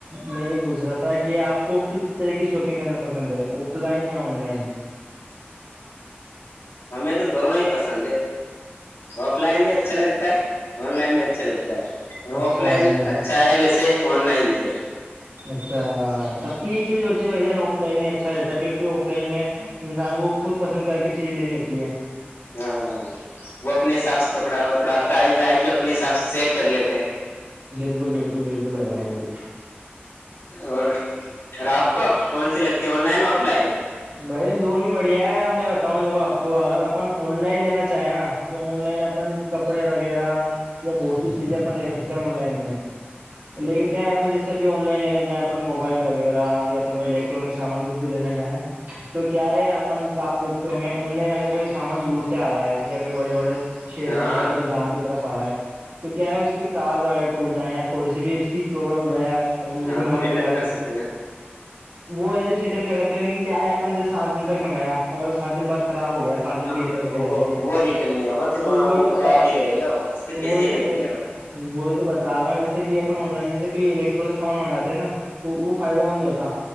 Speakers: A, on the right; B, on the left.
A: میں یہ پوچھ رہا تھا کہ آپ کو کس طرح کی شاپنگ کرنا پسند ہے آف لائن یا آن لائن
B: ہمیں تو دونوں ہی پسند ہے آف لائن بھی اچھا لگتا ہے آن لائن بھی اچھا لگتا ہے
A: اچھا
B: آف لائن
A: بھائی جان
B: اچھا ہے ویسے آن لائن سے
A: اچھا سب کی یہی چیز ہوتی ہے بھائی آف لائن ہی اچھا رہتا ہے کیونکہ آف لائن میں انسان کو خود پسند کر کے چیزیں لینی ہوتی ہے
B: ہوں وہ اپنے حساب سے کپڑا وپڑا پرائز وائز بھی اپنے حساب سے سیٹ کر لیتے ہیں
A: بالکل بالکل بالکل جانل
B: اور اور آپ کو کون سی لگتی ہے آن لائن آف لائن
A: بھائی دون بھی بڑھیا ہے اور میں بتاؤں جب آپ کو اگر اپن آن لائن لینا ہے نا تو آن لائن اپن کپڑے وغیرہ یا بہت سی چیزیں اپن لے سکتے آن لائن میں لیکن کیا ہے اپن جیسے آن لائن لینے جہن موبائل وغیرہ یا کو الیکٹرانک سامان کچھ بھی لینے جائیں تو کیا ہے اپن آپ دیکھتے ہوں گے آن لائن اگر کوئی سامان دور سے آ رہا ہے یا کوئی بڑے بڑے شہروں
B: ہاں
A: میں سے اپنے
B: کچھ
A: گاؤں کی طرف ہرا ہے تو کیا ہے اس کی تار وغیرہ ٹ جائے یا تھوڑی بھی اس کی پروابلم ہو جائے
B: ہاں
A: جس موبائل
B: ریٹرن
A: منگاے
B: کر
A: تو
B: سکتے ہیں
A: وہ ایز ایس ریٹرن کر سکتے لیکن کیا ہے آپ نے ج سات دن تک منگایا اگر سات دن بعد خراب ہو گیا سات دن
B: ہاں
A: کی ریٹرن
B: تو
A: پالیسی
B: وہ
A: تھی
B: وہ ریٹرن نہیں ہوگا پھر
A: تو
B: وہاں
A: وہی
B: وہ
A: تو ہوتا
B: خراب
A: ہے
B: ہی رہے گا اس کے
A: تو
B: پیسے
A: وہی
B: ہی لگیں
A: تو کہ
B: گے بس
A: وہی تو بتا رہا ہوں جیسے کہ اپن آن لائن جیے کوئی الیکٹرانک سامان منگاتے نا تو وہ فائدے مند نہیں ہوتا